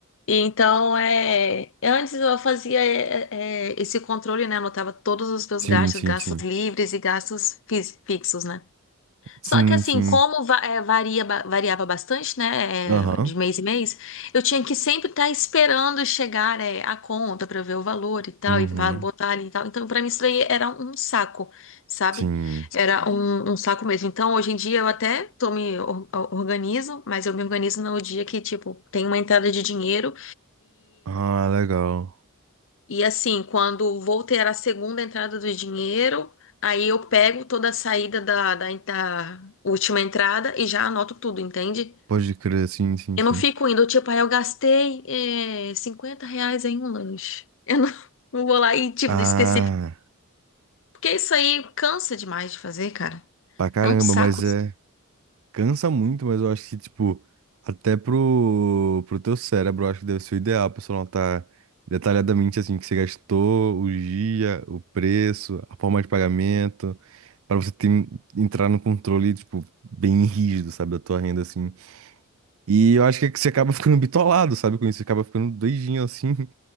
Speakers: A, on the left; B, on the right.
A: E então, é, antes eu fazia é, é, é, esse controle, né? Anotava todos os meus
B: Sim,
A: gastos,
B: sim,
A: gastos
B: sim.
A: livres e gastos fis- fixos, né?
B: Sim,
A: Só que assim,
B: sim.
A: como va- é, varia, ba- variava bastante, né,
B: Aham.
A: é, de mês em mês, eu tinha que sempre estar esperando chegar, é, a conta para ver o valor e tal,
B: Uhum.
A: e para botar ali e tal. Então, para mim, isso daí era um saco, sabe?
B: Sim.
A: Era um, um saco mesmo. Então, hoje em dia, eu até tô me or- organizo, mas eu me organizo no dia que, tipo, tem uma entrada de dinheiro
B: Ah, legal.
A: e assim, quando vou ter a segunda entrada do dinheiro, aí eu pego toda a saída da, da, da última entrada e já anoto tudo, entende?
B: Pode crer, sim, sim,
A: Eu
B: sim.
A: não fico indo, tipo, ah, eu gastei eh, 50 reais em um lanche. Eu não, <laughs> não vou lá e, tipo,
B: Ah.
A: específico. Porque isso aí cansa demais de fazer, cara.
B: Pra caramba,
A: É um saco.
B: mas é. Cansa muito, mas eu acho que, tipo, até pro, pro teu cérebro, eu acho que deve ser o ideal pra você anotar detalhadamente, assim, o que você gastou, o dia, o preço, a forma de pagamento, pra você ter, entrar no controle, tipo, bem rígido, sabe, da tua renda, assim. E eu acho que é que você acaba ficando bitolado, sabe, com isso, você acaba ficando doidinho, assim,